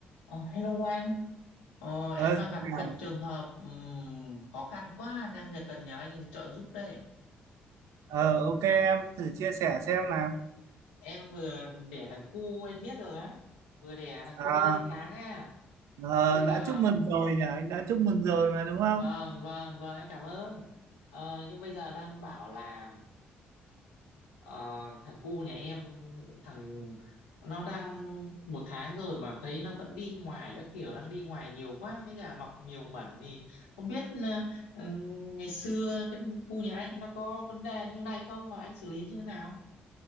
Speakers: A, on the left; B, on the right.
A: Ờ, hello anh, ờ, em
B: Ờ,
A: đang
B: xin
A: gặp
B: chào.
A: cái trường hợp ừm, khó khăn quá đang nhờ- cần nhờ anh trợ giúp đây.
B: Ờ, ok em thử chia sẻ xem nào
A: Em vừa đẻ thằng cu anh biết rồi á, vừa đẻ thằng
B: à,
A: cu cách đây tháng à.
B: ờ,
A: Bây giờ
B: đã chúc mừng rồi nhỉ anh đã chúc mừng rồi mà đúng không
A: vâng vâng vâng em cảm ơn. Ờ, nhưng bây giờ đang bảo là Ờ, thằng cu nhà em thằng nó đang một tháng rồi mà thấy nó vẫn đi ngoài các kiểu đang đi ngoài nhiều quá với cả mọc nhiều mẩn thì không biết ờ, ừ, ngày xưa cái cu nhà anh nó có vấn đề như này không và anh xử lý như thế nào